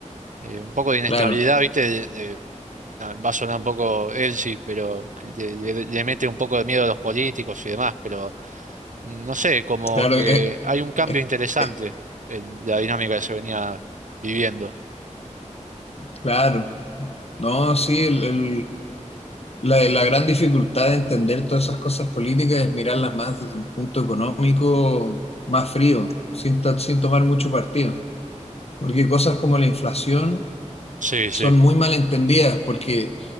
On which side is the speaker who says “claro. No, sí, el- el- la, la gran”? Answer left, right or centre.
Left